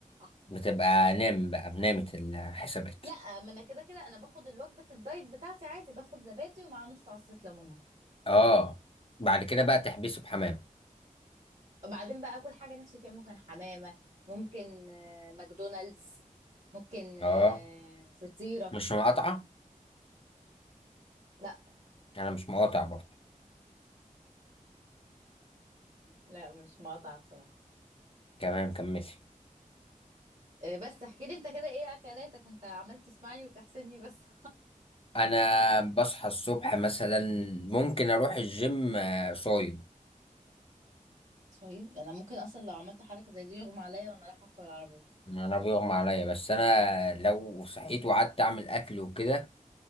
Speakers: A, on the right (about 55°); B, on the left (about 40°).
A: <laughs>
B: بتبقى نام بقى بنامت الحسابات
A: لا ما انا كده كده انا باخد الوجبه الدايت بتاعتي عادي باخد زبادي ومع نص عصره ليمونه
B: أه بعد كده بقى تحبسي بحمام
A: وبعدين بقى اكل حاجه نفسي فيها ممكن حمامه ممكن آه، ماكدونالدز ممكن آه،
B: أه
A: فطيره
B: مش مقاطعة
A: لا
B: أنا مش مقاطع برضه
A: لا مش مقاطعه بصراحه
B: تمام كملي
A: آه، بس احكي لي انت كده ايه اكلاتك انت عمال تسمعني وتحسدني بس
B: انا بصحى الصبح مثلا ممكن اروح الجيم آه، صايم
A: طيب انا ممكن اصلا لو عملت حركه زي دي يغمى عليا وانا رايحه اركب العربيه
B: انا بيغمى عليا بس انا لو صحيت وقعدت اعمل اكل وكده